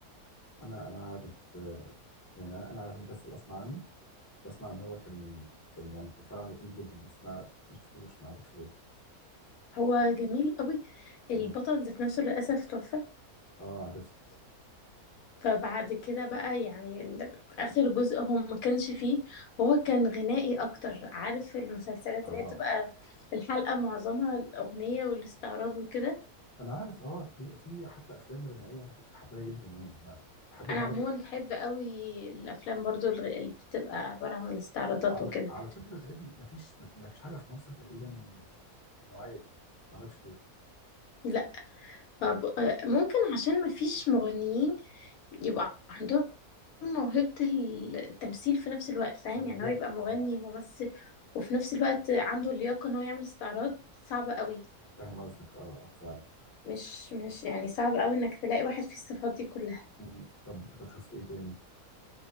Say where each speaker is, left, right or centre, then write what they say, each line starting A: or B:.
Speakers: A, on the left; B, on the left.
A: انا انا عارف آه، يعني انا أنا عارف المسلسل اسمع عنه واسمع ان هو كان كان يعني كان فعلا لطيف جدا بس انا ما شفتوش ما اعرفش ليه
B: هو جميل قوي
A: مم.
B: البطل ذات نفسه للأسف توفى
A: اه عرفت
B: فبعد كده بقى يعني ال- آخر جزء هو ما كانش فيه وهو كان غنائي أكتر عارف المسلسلات
A: اه
B: اللي هي بتبقى الحلقة معظمها الأغنية والاستعراض وكده
A: انا عارف اه بيبقى فيه حتى افلام غنائيه انا كنت بحبها جدا يعني انا بحب
B: أنا
A: النوع
B: عموما
A: ده
B: بحب قوي الأفلام برضو الغ- اللي بتبقى عبارة عن الاستعراضات
A: على,
B: وكده
A: على فكره تقريبا ما فيش ما فيش حاجه في مصر تقريبا النوعيه دي ما اعرفش ليه
B: لا ما ب- ممكن عشان ما فيش مغنيين يبقى عندهم موهبة التمثيل في نفس الوقت فاهم
A: بالظبط
B: يعني هو يبقى مغني
A: اه
B: وممثل وفي نفس الوقت عنده اللياقة ان هو يعمل استعراض صعبة قوي
A: فاهم قصدك اه آه، فعلا
B: مش مش يعني صعب قوي انك تلاقي واحد فيه الصفات دي كلها
A: مم. طب طب شفت ايه تاني